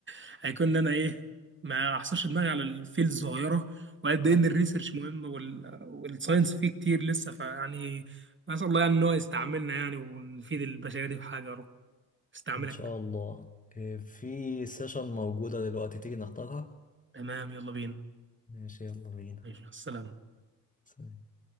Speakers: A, on the right; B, on the left.
A: <laughs> هيكون ان انا ايه ما احصرش دماغي على الفيلد الصغيره وقد ايه ان الريسيرش مهم وال... والساينس فيه كتير لسه فيعني نسال الله يعني ان هو يستعملنا يعني ونفيد البشريه دي بحاجه يا رب استعملك
B: ان شاء الله إيه، في سيشن موجودة دلوقتي تيجي نحضرها
A: تمام يلا بينا
B: ماشي يلا بينا
A: ماشي مع السلامه
B: سلام.